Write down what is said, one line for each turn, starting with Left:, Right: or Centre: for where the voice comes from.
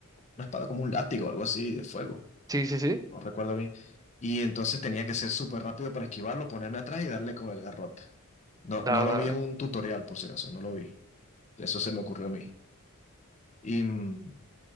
Left: una espada como un látigo, algo así de fuego,
Right: Sí, sí, sí.
Left: no recuerdo bien. Y entonces tenía que ser súper rápido para esquivarlo, ponerme atrás y darle con el garrote. No,
Right: Da,
Left: no lo
Right: da.
Left: vi
Right: da.
Left: en un tutorial, por si acaso, no lo vi. Eso se me ocurrió a mí. Y, mm,